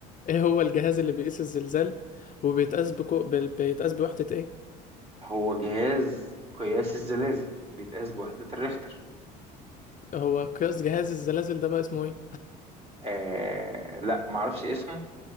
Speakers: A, on the left; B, on the right.
A: ايه هو الجهاز اللي بيقيس الزلزال وبيتقاس بكو... بال- بيتقاس بوحدة ايه
B: هو جهاز قياس الزلازل بيتقاس بوحدة الريختر
A: هو قياس جهاز الزلازل ده بقى اسمه ايه
B: آه لا معرفش اسمه